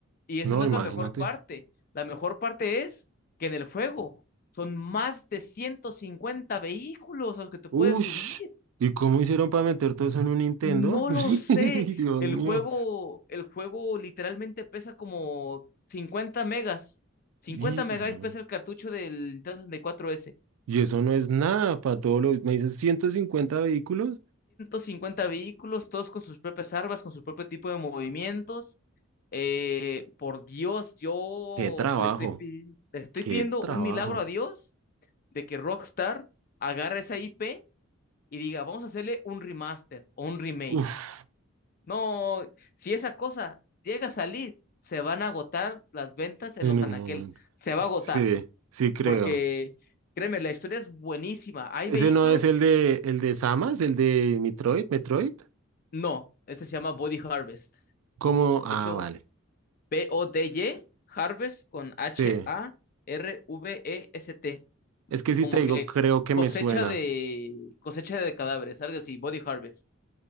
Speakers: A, on the left; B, on the right.
A: Y esa
B: no,
A: no
B: imagínate.
A: es la mejor parte. La mejor parte es que en el juego son más de 150 vehículos a los que te
B: Uff,
A: puedes subir.
B: ¿y cómo hicieron para meter todo eso en un Nintendo?
A: No
B: <laughs>
A: lo
B: Sí,
A: sé.
B: Dios
A: El
B: mío.
A: juego, el juego literalmente pesa como 50 megas. 50
B: Y,
A: megas
B: no,
A: pesa el cartucho del Nintendo 64S.
B: y eso no es nada para todos los. ¿Me dices 150 vehículos?
A: cincuenta vehículos, todos con sus propias armas, con su propio tipo de movimientos. Eh, por Dios, yo
B: ¡Qué trabajo!
A: le estoy, pi- le estoy
B: ¡Qué
A: pidiendo
B: trabajo!
A: un milagro a Dios de que Rockstar agarre esa IP y diga, vamos a hacerle un remaster o un remake.
B: Uff,
A: No, si esa cosa llega a salir, se van a agotar las ventas en
B: en
A: los
B: un
A: anaqueles.
B: momento.
A: Se va a agotar,
B: Sí, sí creo.
A: porque créeme, la historia es buenísima. ¿Hay
B: ¿Ese
A: vehículos?
B: no es el de el de Samas, el de Metroid, Metroid?
A: No, este se llama Body Harvest.
B: ¿Cómo?
A: De
B: Ah,
A: hecho,
B: vale.
A: B-O-D-Y, Harvest con
B: Sí.
A: H-A-R-V-E-S-T.
B: Es que si
A: Como
B: te digo,
A: que
B: creo que
A: cosecha
B: me suena.
A: de cosecha de cadáveres, algo así, Body Harvest.